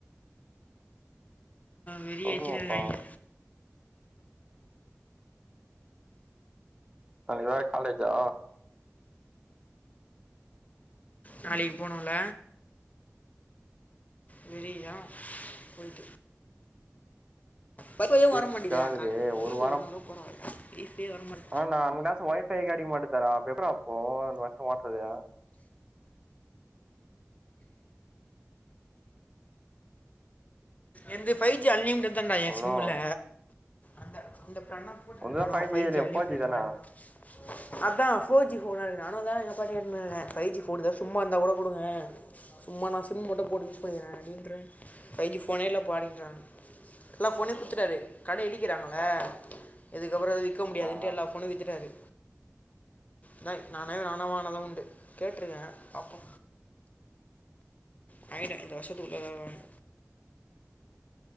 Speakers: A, on the left; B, on the right.
A: வெறி
B: சொல்லுவம்பா
A: ஏத்தின்னு இருக்காய்ங்க
B: நாளைக்கு வேற காலேஜா
A: நாளைக்கு போனுல வெறிதா போய்ட்டு ஒய்ஃபையு
B: அதே
A: வரமாட்டிங்கிது
B: சிக்கலாகுது
A: காலேஜ்ல ஒய்ஃபை
B: ஒரு வாரோ
A: இருந்தா கூட போலா ஒய்ஃபையே வர மாட்
B: ஆ நா அங்கனாச்சு ஒய்ஃபை கெடைக்கமாட்டிதேடா அப்ற எப்புரா போவு‌ இந்த வருஷ ஓட்றது
A: என்து ஃபைஜி அன்லிமிடட் தாண்டா ஏ
B: ஹலோ
A: சிம்முல அந்த அந்த ப்ளானு போட்டுருக்க
B: உன்துதா
A: நானு
B: ஃபைவ்
A: ஃபை
B: இல்லையா
A: ஜி அண்லிமிடட்
B: ஃபோர் தான
A: பிளான்தா அதா ஃபோர் ஜி ஃபோனா இருக்கு நானு அதான எங்க அப்பாட்ட கேட்னு இருக்க ஃபைஜி ஃபோன் எதா சும்மாருந்தா கூட குடுங்க சும்மா நா சிம் மட்டு போட்டு யூஸ் பண்ணிக்கிற அப்டின்ற ஃபை ஜி ஃபோனே இல்லப்பா அப்டின்றாங்க எல்லா ஃபோனையு குடுத்துட்டாரு கட இடிக்கிறாங்கல்ல இதுக்கப்புற அத விக்க முடியாதுன்ட்டு
B: ஆ ஆ
A: எல்லா ஃபோனையு வித்துட்டாரு அதா நானே நானா வாங்குனதா உண்டு கேட்ருக்க பாப்போ வாங்கிடுவ இந்த வருஷத்துக்குள்ள எதாது வாங்கி